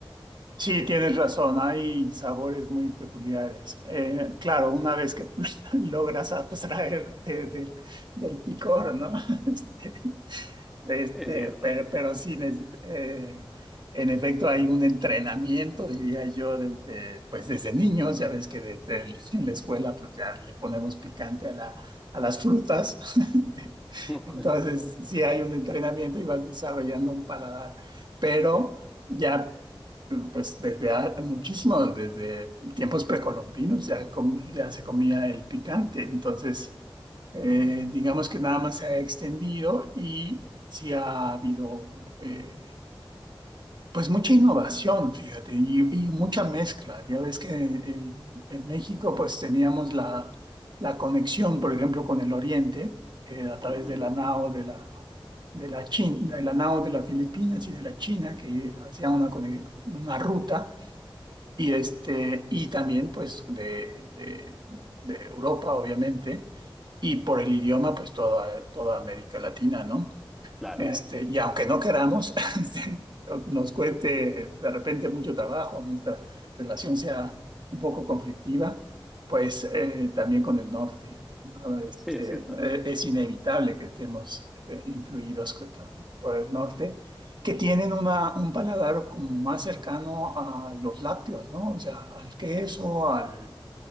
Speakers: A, on the right; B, in the centre.
A: Sí, tienes razón, hay sabores muy peculiares. Eh, claro, una vez que <laughs> logras abstraerte del, del picor, ¿no? <laughs> Este, Este,
B: Es cierto.
A: pero, pero sí, neces- eh, en efecto hay un entrenamiento, diría yo, desde, pues desde niños, ya ves que desde el- en la escuela pues ya le ponemos picante a la, a las frutas. <laughs> Este,
B: <laughs>
A: Entonces, sí hay un entrenamiento y vas desarrollando un paladar, pero ya pues desde ha- muchísimo, desde tiempos precolombinos ya, com- ya se comía el picante, entonces eh, digamos que nada más se ha extendido y sí ha habido eh, pues mucha innovación, fíjate, y, y mucha mezcla. Ya ves que el- en México pues teníamos la, la conexión, por ejemplo, con el Oriente eh, a través
B: Ujú,
A: de la NAO de la, de la China, de la NAO de las Filipinas y de la China que hacían una, conex- una ruta y, este, y también pues de, de, de Europa, obviamente, y por el idioma, pues toda, toda América Latina, ¿no?
B: Claro.
A: Este, y aunque no queramos, <laughs> este, nos cueste de repente mucho trabajo, nuestra relación sea un poco conflictiva, pues eh, también con el norte, ¿no? Este,
B: Sí, es cierto.
A: eh, es inevitable que estemos eh, influidos co- por el norte, que tienen una, un paladar como más cercano a los lácteos, ¿no? O sea, al queso, al